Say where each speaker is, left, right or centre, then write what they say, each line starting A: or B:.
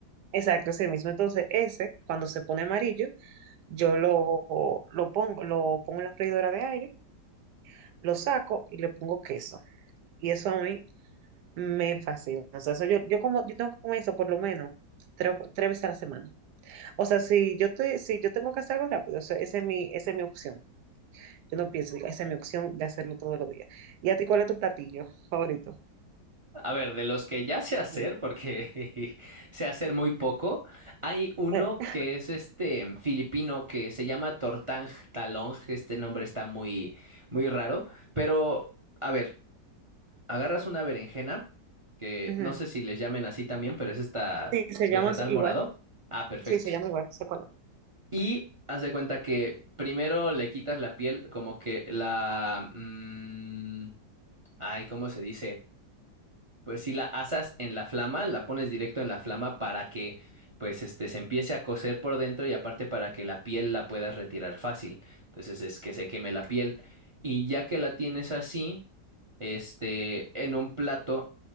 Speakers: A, on the right; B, on the right.
A: Exacto, ese mismo. Entonces, ese, cuando se pone amarillo, yo lo, lo pongo, lo pongo en la freidora de aire, lo saco y le pongo queso. Y eso a mí me fascina. O sea, eso yo, yo como, yo tengo que comer eso por lo menos tres, tres veces a la semana. O sea, si yo te, si yo tengo que hacer algo rápido, eso- esa es mi, esa es mi opción. Yo no pienso, digo, esa es mi opción de hacerlo todos los días. ¿Y a ti cuál es tu platillo favorito?
B: A ver, de los que ya sé hacer,
A: Ujú.
B: porque <laughs> sé hacer muy poco, hay uno
A: Eh,
B: que es este em, filipino que se llama Tortang Talong. Este nombre está muy, muy raro. Pero, a ver, agarras una berenjena, que
A: ujú.
B: no sé si les llamen así también, pero es esta
A: Sí, se
B: vegetal
A: llama igual.
B: morado. Ah, perfecto.
A: Sí, se llama igual, se conoce.
B: Y haz de cuenta que primero le quitas la piel, como que la. mm, ay, ¿cómo se dice? Pues si la asas en la flama, la pones directo en la flama para que pues este se empiece a cocer por dentro y aparte para que la piel la puedas retirar fácil. Entonces es que se queme la piel. Y ya que la tienes así, este, en un plato